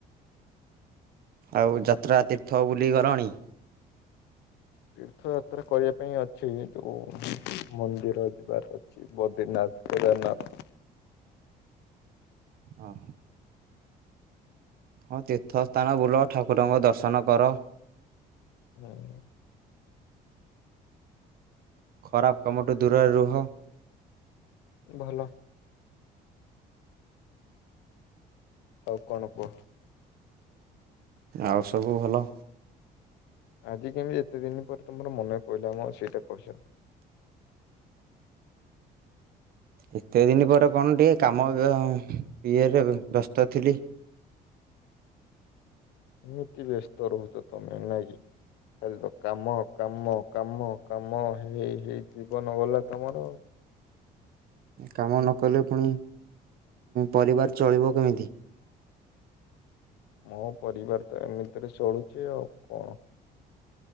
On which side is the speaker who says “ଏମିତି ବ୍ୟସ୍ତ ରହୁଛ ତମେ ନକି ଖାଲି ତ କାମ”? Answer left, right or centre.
Left